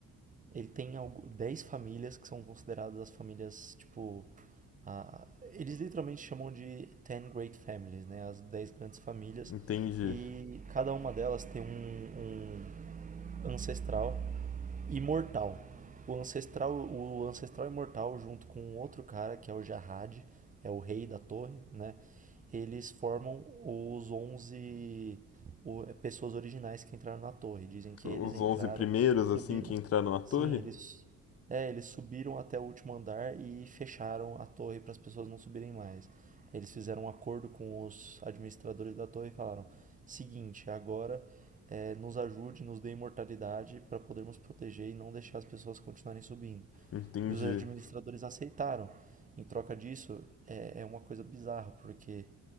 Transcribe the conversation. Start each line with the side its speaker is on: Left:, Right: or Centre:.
Right: ele tem algo, 10 famílias que são consideradas as famílias, tipo, a- eles literalmente chamam de Ten Great Families, né? As 10 grandes famílias.
Left: Entende
Right: E cada uma delas tem um, um ancestral imortal. O ancestral, o ancestral imortal junto com um outro cara que é o Jarrad, é o rei da torre, né? Eles formam os 11 o- é, pessoas originais que entraram na torre. Dizem que
Left: os
Right: eles entraram,
Left: 11 primeiros,
Right: subiram.
Left: assim, que entraram na torre?
Right: Sim, eles é, eles subiram até o último andar e fecharam a torre para as pessoas não subirem mais. Eles fizeram um acordo com os administradores da torre e falaram: seguinte, agora é, nos ajude, nos dê imortalidade para podermos proteger e não deixar as pessoas continuarem subindo.
Left: Entende.
Right: E os administradores aceitaram. Em troca disso, é, é uma coisa bizarra, porque